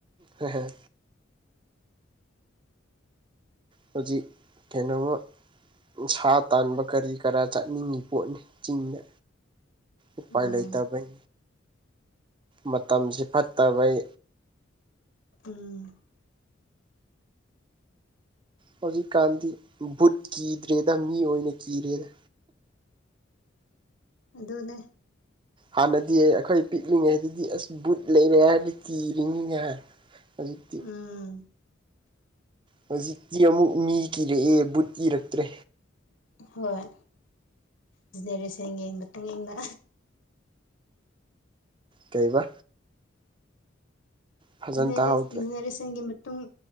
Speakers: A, on the right (about 25°); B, on the left (about 75°).
A: ꯍ ꯍꯧꯖꯤꯛ ꯀꯩꯅꫭꯃ ꯁꯥ ꯇꯥꯟꯕ ꯀꯔꯤ ꯀꯔꯥ ꯆꯠꯅꯤꯡꯉꯤ ꯄꯣꯠꯅꯤ ꯆꯤꯡꯗ
B: ꯑꯣ
A: ꯎ ꯄꯥꯏ ꯂꯩꯗꯕꯩ ꯃꯇꯝꯁꯤ ꯐꯠꯇꯕꯩ
B: ꯎꯝ
A: ꯍꯧꯖꯤꯛꯀꯥꯟꯗꯤ ꯕꯨꯠ ꯀꯤꯗ꯭ꯔꯦꯗ ꯃꯤ ꯑꯣꯏꯅ ꯀꯤꯔꯦꯗ
B: ꯑꯗꯨꯅꯦ
A: ꯍꯥꯟꯅꯗꯤ ꯑꯩꯈꯣꯏ ꯄꯤꯛꯂꯤꯉꯩꯗꯗꯤ ꯑꯁ ꯕꯨꯠ ꯂꯩꯔꯦ ꯍꯥꯏꯕꯗ ꯀꯤꯔꯤꯅꯤꯅꯦ ꯈꯩꯖꯤꯛ
B: ꯎꯝ
A: ꯍꯧꯖꯤꯛꯇꯤ ꯑꯃꯨꯛ ꯃꯤ ꯀꯤꯔꯛꯑꯦ ꯕꯨꯠ ꯀꯤꯔꯛꯇ꯭ꯔꯦ
B: ꯍꯣꯏ ꯖꯦꯅꯦꯔꯦꯁꯟꯒꯤ ꯃꯇꯨꯡꯏꯟꯅ
A: ꯀꯩꯕ ꯐꯖꯅ
B: ꯖꯦꯅꯦꯔꯦ
A: ꯇꯥꯍꯧꯗ꯭ꯔꯦ
B: ꯖꯦꯅꯦꯔꯦꯁꯟꯒꯤ ꯃꯇꯨꯡ